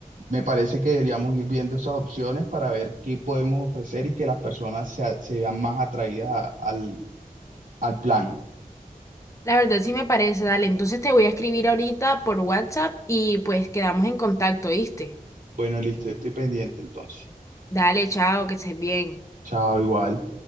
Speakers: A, on the right (about 65°); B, on the left (about 20°).
A: me parece que deberíamos ir viendo esas opciones para ver qué podemos ofrecer y que las personas se, se vean más atraídas a- al al plan.
B: La verdad sí me parece, dale. Entonces te voy a escribir ahorita por WhatsApp y pues quedamos en contacto, ¿viste?
A: Bueno, listo, estoy pendiente entonces.
B: Dale, chao, que estés bien.
A: Chao, igual.